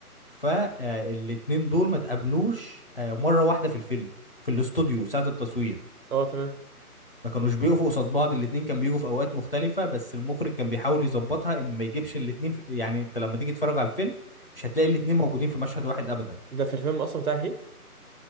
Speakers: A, on the left (about 40°); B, on the right (about 65°).
A: فالاتنين دول ما تقابلوش آه، مرة واحدة في الفيلم في الاستوديو ساعة التصوير
B: اه تمام
A: ما كانوش بيقفوا قصاد بعض الاتنين كان بيجوا في اوقات مختلفة بس المخرج كان بيحاول يظبطها ان ما يجيبش الاتنين في... يعني انت لما تيجي تتفرج على الفيلم مش هتلاقي الاتنين موجودين في مشهد واحد ابدا
B: ده في الفيلم اصلا بتاع هيت